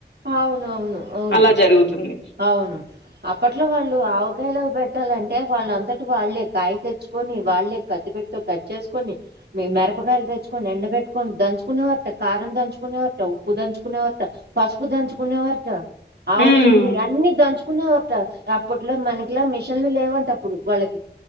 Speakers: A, on the right; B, on the left.
A: అవునవును అవును
B: అలా జరుగుతుంది
A: అవును అప్పట్లో వాళ్ళు ఆవకాయలవి పెట్టాలం టే వాళ్ళంతట వాళ్ళే కాయ తెచ్చుకొని వాళ్ళే కత్తి పిటతో కట్ చేసుకొని మెరపకాయలు తెచ్చుకొని ఎండ పెట్టుకొని దంచుకునే వరట కారం దంచుకునే వరట ఉప్పు దంచుకునే వరట పసుపు దంచుకునే వారట ఆవు
B: హ్మ్.
A: పిండి అన్ని దంచు కునేవరట అప్పట్లో మనకిలా మిషన్లు లేవంట అప్పుడు వాళ్ళకి